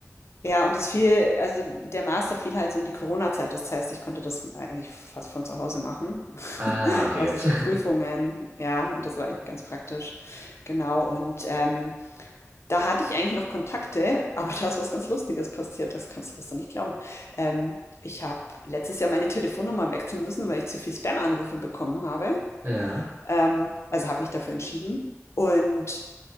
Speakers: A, on the left; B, on the right.
A: ja, und das fiel also der Master fiel halt so in die Corona-Zeit. Das heißt, ich konnte das eigentlich fast von zu Hause machen.
B: Ah,
A: <laughs>
B: okay.
A: außer
B: <laughs>
A: so Prüfungen, ja, und das war eigentlich ganz praktisch. Genau. Und ähm, da hatte ich eigentlich noch Kontakte, aber da ist was ganz Lustiges passiert. Das kannst, du wirst du nicht glauben. Ähm, ich habe letztes Jahr meine Telefonnummer wechseln müssen, weil ich zu viel Spam-Anrufe bekommen habe.
B: Ja.
A: Ähm, also habe mich dafür entschieden und